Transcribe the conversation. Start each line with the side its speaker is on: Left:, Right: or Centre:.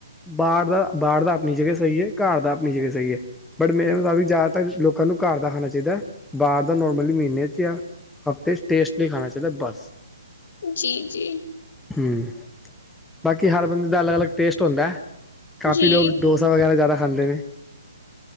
Centre: ਬਾਹਰ ਦਾ ਬਾਹਰ ਦਾ ਆਪਣੀ ਜਗ੍ਹਾ ਸਹੀ ਏ, ਘਰ ਦਾ ਆਪਣੀ ਜਗ੍ਹਾ ਸਹੀ ਏ। ਬਟ ਮੇਰੇ ਮਤਾਬ ਜ਼ਿਆਦਾਤਰ ਲੋਕਾਂ ਨੂੰ ਘਰ ਦਾ ਖਾਣਾ ਚਾਹੀਦਾ ਬਾਹਰ ਦਾ ਨ ਮਲਬ ਮਹੀਨੇ ਚ ਜਾਂ ਹਫ਼ਤੇ ਚ ਟੇਸਟਲੀ ਖਾਣਾ ਚਾਹੀਦਾ ਬਸ।
Left: ਜੀ ਜੀ।
Centre: ਹੂੰ ਬਾਕੀ ਹਰ ਬੰਦੇ ਦਾ ਅਲੱਗ-ਅਲੱਗ ਟੇਸਟ ਹੁੰਦੈ, ਕਾਫੀ
Left: ਜੀ,
Centre: ਲੋਕ ਡੋਸ ਸਾ ਵਗੈਰਾ ਜ਼ਾਦਾ ਖਾਂਦੇ ਨੇ,